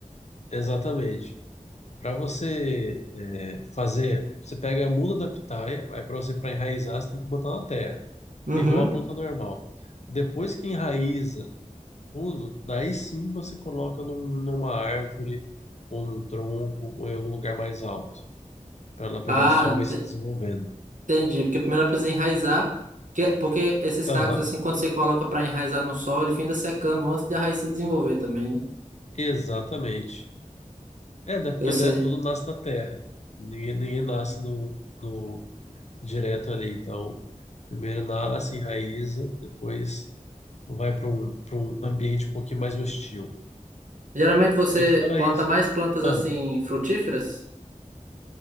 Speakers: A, on the left; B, on the right.
A: exatamente. Para você é, fazer, você pega a muda da pitaia, aí para você para enraizar, você tem que botar na terra,
B: Uhum.
A: igual a planta normal. Depois que enraiza tudo, daí sim você coloca num- numa árvore, ou num tronco, ou em algum lugar mais alto, para ela pegar
B: Ah,
A: sol
B: ente-
A: e se desenvolvendo.
B: entendi. Porque primeiro ela precisa enraizar. que- é, porque esses
A: Aham,
B: cactos, assim, quando você coloca pra enraizar no sol, ele finda secando antes de a raiz se desenvolver também, né?
A: exatamente. É, né, porque
B: Eu sei.
A: né, tudo nasce na terra, ninguém, ninguém nasce no, no direto ali, então primeiro nasce, enraiza, depois vai para um, para um ambiente um pouquinho mais hostil.
B: Geralmente você
A: E fora
B: planta
A: isso,
B: mais plantas, assim,
A: ah,
B: frutíferas?